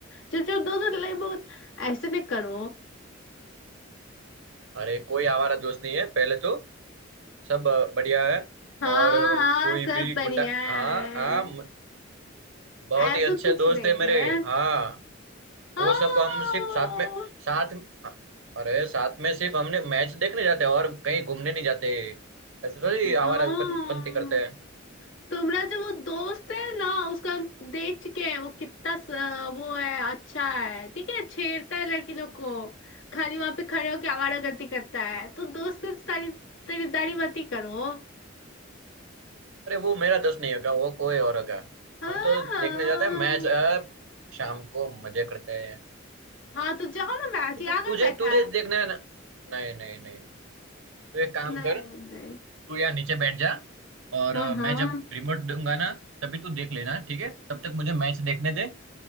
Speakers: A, on the left; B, on the right.
A: चलो चलो दोस्तों लड़ाई बहुत ऐसे नहीं करो
B: अरे कोई आवारा दोस्त नहीं है पहले तो सब अ, बढ़िया है
A: हाँ
B: और अ,
A: हाँ
B: कोई
A: सब
B: भी
A: बढ़िया
B: गुंडा
A: है
B: हाँ हाँ म- बहुत
A: ऐसा
B: ही अच्छे
A: कुछ
B: दोस्त
A: नहीं
B: है मेरे
A: है
B: हाँ
A: हाँ
B: वो सब हम सिर्फ साथ में साथ अरे साथ में सिर्फ हमने मैच देखने जाते हैं और कहीं घूमने नहीं जाते ऐसे थोड़ी
A: हाँ
B: आवारा पं- पंती करते हैं
A: तुम्हारा जो वो दोस्त है ना उसका हम देख चुके हैं वो कितना स, वो है अच्छा है ठीक है छेड़ता है लड़की लोग को खाली वहां पे खड़े होके आवारागर्दी करता है तो दोस्त की तारीफ तारीफदारी मत ही करो
B: अरे वो मेरा दोस्त नहीं होगा वो कोई और होगा
A: हाँ
B: हम तो
A: हाँ
B: देखने जाते हैं मैच अब शाम को मजे करते हैं
A: हाँ तो जाओ ना मैच
B: तुझे
A: यहाँ कर
B: तुझे
A: बैठा
B: तुझे
A: है
B: देखना है ना नहीं नहीं नहीं नहीं तू एक काम
A: नहीं
B: कर
A: नहीं
B: तू यहाँ नीचे बैठ जा और
A: हाँ
B: अ, मैं
A: हाँ
B: जब रिमोट दूंगा ना तभी तू देख लेना ठीक है तब तक मुझे मैच देखने दे